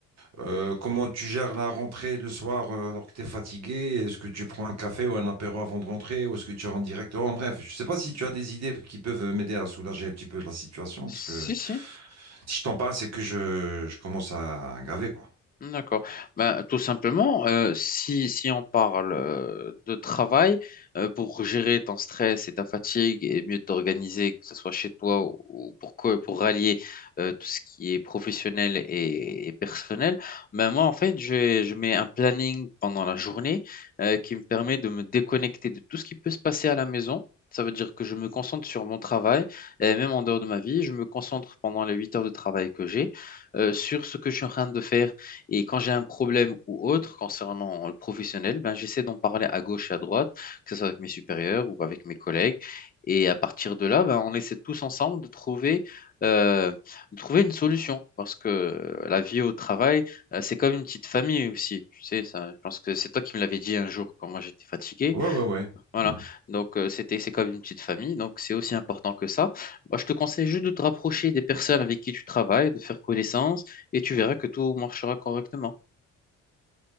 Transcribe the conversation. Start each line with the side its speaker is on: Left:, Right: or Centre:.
Right: Euh, comment tu gères la rentrée le soir euh, alors que tu es fatigué? Est-ce que tu prends un café ou un apéro avant de rentrer? Ou est-ce que tu rentres directement? Bref, je ne sais pas si tu as des idées qui peuvent m'aider à soulager un petit peu la situation.
Left: si,
Right: Parce que
Left: si.
Right: si je t'en parle, c'est que je, je commence à graver, quoi.
Left: D'accord. Ben, tout simplement, euh, si, si on parle euh, de travail, euh, pour gérer ton stress et ta fatigue et mieux t'organiser, que ce soit chez toi ou ou pour, co- pour rallier euh, tout ce qui est professionnel et, et personnel, ben moi, en fait, je, je mets un planning pendant la journée euh, qui me permet de me déconnecter de tout ce qui peut se passer à la maison. Ça veut dire que je me concentre sur mon travail, et même en dehors de ma vie, je me concentre pendant les 8 heures de travail que j'ai euh, sur ce que je suis en train de faire, et quand j'ai un problème ou autre concernant le professionnel, ben, j'essaie d'en parler à gauche et à droite, que ce soit avec mes supérieurs ou avec mes collègues. Et à partir de là, ben, on essaie tous ensemble de trouver, euh, de trouver une solution. Parce que euh, la vie au travail, euh, c'est comme une petite famille aussi. Tu sais, ça, je pense que c'est toi qui me l'avais dit un jour quand moi j'étais fatigué.
Right: Ouais, ouais, ouais.
Left: Voilà.
Right: Mm.
Left: Donc, euh, c'était, c'est comme une petite famille. Donc, c'est aussi important que ça. Moi, je te conseille juste de te rapprocher des personnes avec qui tu travailles, de faire connaissance, et tu verras que tout marchera correctement.